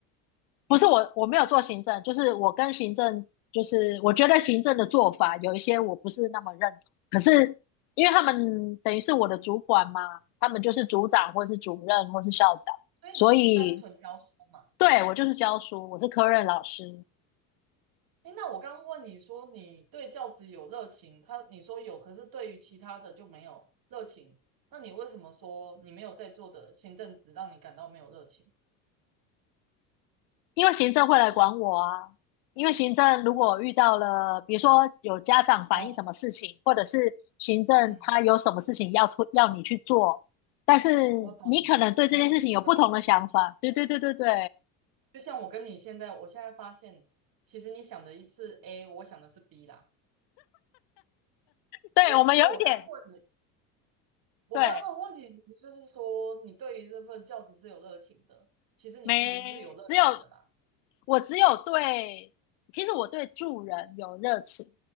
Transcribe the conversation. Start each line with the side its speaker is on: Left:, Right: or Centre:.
Left: 不是我，我没有做行政，就是我跟行政，就是我觉得行政的做法有一些我不是那么认同。可是因为他们等于是我的主管嘛，他们就是组长或是主任或是校长，
Right: 所以你是单纯教书嘛？
Left: 所以对我就是教书，我是科任老师，
Right: 诶，那我刚刚问你说你对教职有热情，他你说有，可是对于其他的就没有热情，那你为什么说你没有在做的行政职让你感到没有热情？
Left: 因为行政会来管我啊。因为行政如果遇到了，比如说有家长反映什么事情，
Right: 哦，
Left: 或者是行政他有什么事情要出要你去做，
Right: 嗯，
Left: 但是你可能对这件事情有不同的想法。
Right: 我懂，我我知道了。
Left: 对对对对对，
Right: 就像我跟你现在，我现在发现，其实你想的是 A，我想的是 B 啦。
Left: 对我们有一点
Right: 因为其实我刚问的，我刚刚问的问题，
Left: 对，
Right: 其实就是说，你对于这份教职是有热情的。其实你其实是有热情的啦。
Left: 没只有我只有对，其实我对助人有热情，